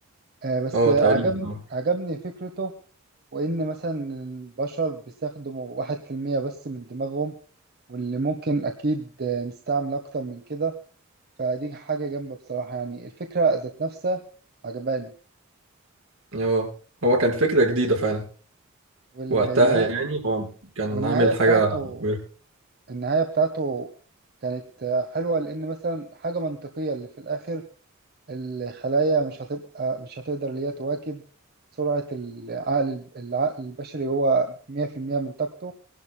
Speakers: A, on the right; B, on the right.
A: آه، بس
B: اه
A: آه،
B: تقريبا
A: عجبني
B: اه
A: عجبني فكرته وإن مثلا البشر بيستخدموا واحد في المية بس من دماغهم واللي ممكن أكيد آه، نستعمل أكتر من كده فدي حاجة جامدة بصراحة يعني الفكرة ذات نفسها عجباني
B: اه هو كان فكرة جديدة فعلا
A: والنهاية
B: وقتها يعني هو كان
A: والنهاية
B: عامل
A: بتاعته
B: حاجة كويسة.
A: النهاية بتاعته كانت آه، حلوة لأن مثلا حاجة منطقية اللي في الآخر الخلايا مش هتبقى مش هتقدر اللي هي تواكب سرعة العقل العقل البشري هو مية في المية من طاقته